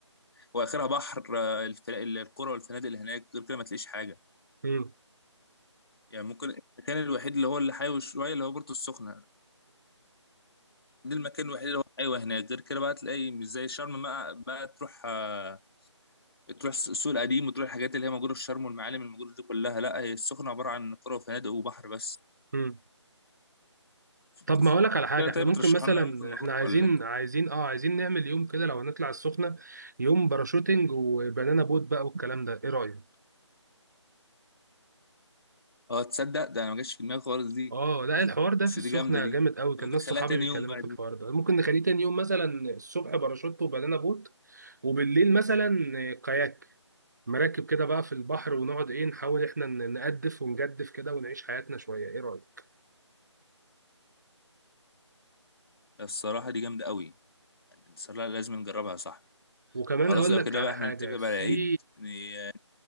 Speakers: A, on the left; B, on the right.
A: واخرها بحر آه، الف... القرى والفنادق اللي هناك غير كده ما تلاقيش حاجه
B: امم
A: يعني ممكن المكان الوحيد اللي هو اللي حيوي شويه اللي هو بورتو السخنه ده المكان الوحيد اللي هو حيوي هناك غير كده بقى تلاقي مش زي شرم بقى بقى تروح آه، تروح السوق القديم وتروح الحاجات اللي هي موجوده في شرم والمعالم الموجوده دي كلها لا هي السخنه عباره عن قرى وفنادق وبحر بس
B: امم
A: ف-
B: طب ما اقولك على حاجه
A: كده
B: احنا
A: طيب
B: ممكن
A: بترشحوا
B: مثلا
A: لنا ممكن نروح
B: احنا عايزين
A: ولا انت
B: عايزين اه عايزين نعمل يوم كده لو هنطلع السخنه يوم باراشوتنج وبنانا بوت بقى والكلام ده ايه رايك
A: اه تصدق ده انا ما جاش في دماغي خالص دي
B: اه لا الحوار ده
A: بس
B: في السخنه
A: دي جامده دي
B: جامد
A: انت
B: قوي كان
A: ممكن
B: ناس
A: نخليها
B: صحابي
A: تاني
B: بيتكلموا
A: يوم بقى
B: في
A: دي
B: الحوار ده ممكن نخليه تاني يوم مثلا الصبح باراشوت وبنانا بوت وبالليل مثلا كاياك مراكب كده بقى في البحر ونقعد ايه نحاول احنا ن- نقدف ونجدف كده ونعيش حياتنا شويه ايه رايك
A: الصراحه دي جامده قوي يعني الصراحه لازم نجربها يا صاحبي
B: وكمان
A: خلاص
B: هقول
A: لو
B: لك
A: كده
B: على
A: بقى احنا
B: حاجه
A: نتفق
B: في
A: بقى على العيد يعني، آه،